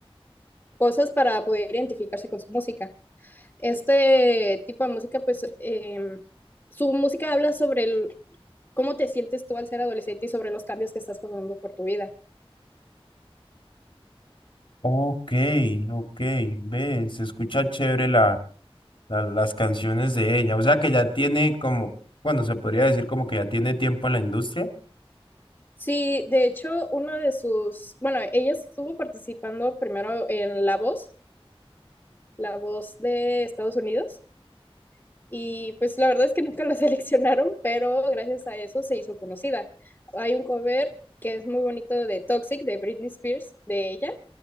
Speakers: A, on the left; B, on the left.
A: cosas para poder identificarse con su música. Este tipo de música, pues em, su música habla sobre el- cómo te sientes tú al ser adolescente y sobre los cambios que estás pasando por tu vida.
B: Ok, ok, ve, se escucha chévere la, la- las canciones de ella. O sea que ya tiene como, bueno, se podría decir como que ya tiene tiempo en la industria.
A: Sí, de hecho, una de sus, bueno, ella estuvo participando primero en La Voz, La Voz de Estados Unidos, y pues la verdad es que nunca la <laughs> seleccionaron, pero gracias a eso se hizo conocida. Hay un cover que es muy bonito de Toxic, de Britney Spears, de ella,